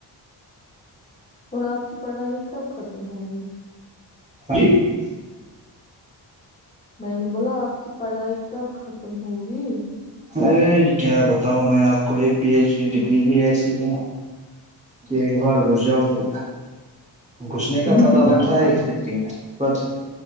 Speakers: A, on the left; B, on the right.
A: اور آپ کی پڑھائی کب ختم ہوگی
B: ہ جی <unintelligible>
A: میں نے بولا آپ سے پڑھائی کب ختم ہوگی
B: ارے کیا بتاؤں میں آپ کو یہ پی ایچ ڈی ڈگری بھی ایسی ہے کہ ایک بار گھس جاؤ پھر گھسنے
A: ابھی
B: کا پتا
A: کتنا
B: لگتا
A: ہوگا؟
B: ہے اس د لیے پر